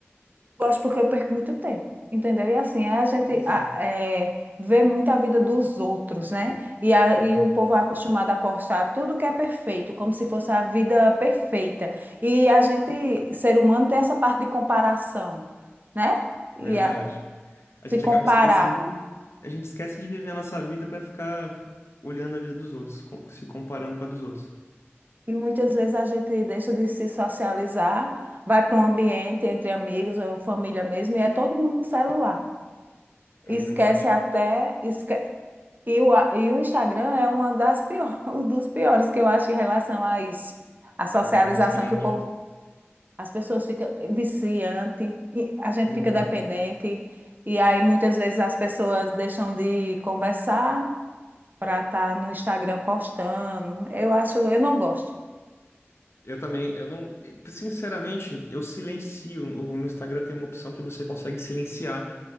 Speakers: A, on the right; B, on the left.
A: gosto porque eu perco muito tempo, entendeu? E assim, a gente
B: Exato.
A: a- é, vê muito a vida dos outros, né? E, a, e
B: É,
A: o povo é acostumado a postar tudo que é perfeito, como se fosse a vida perfeita. E a gente, ser humano, tem essa parte de comparação, né? E
B: verdade.
A: a-
B: A
A: se
B: gente
A: comparar.
B: acaba esquecendo, a gente esquece de viver a nossa vida pra ficar olhando a vida dos outros, com- se comparando com a dos outros.
A: E muitas vezes a gente deixa de se socializar, vai para um ambiente entre amigos ou família mesmo, e é todo mundo no celular.
B: É
A: Esquece
B: verdade.
A: até, esque E o, a- e o Instagram é uma das pior, <laughs> um dos piores que eu acho em relação a isso. A socialização
B: É o que mais prende.
A: que o povo, as pessoas ficam viciante, e a gente
B: Uhum.
A: fica dependente, e aí muitas vezes as pessoas deixam de conversar para estar no Instagram postando. Eu acho, eu não gosto.
B: Eu também, eu não, sinceramente, eu silencio. O- No Instagram tem uma opção que você consegue silenciar